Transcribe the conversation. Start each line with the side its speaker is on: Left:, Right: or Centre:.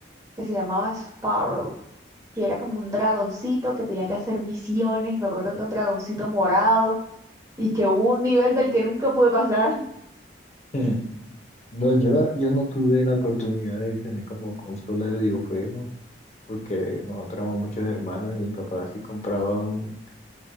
Right: que se llamaba Sparrow que era como un dragoncito que tenía que hacer misiones. Me acuerdo que era un dragoncito morado y que hubo un nivel del que nunca pude pasar.
Left: Mm. No, yo, la- yo no tuve la oportunidad de tener como consola de videojuego, porque nosotros éramos muchos hermanos y mi papá sí compraba un-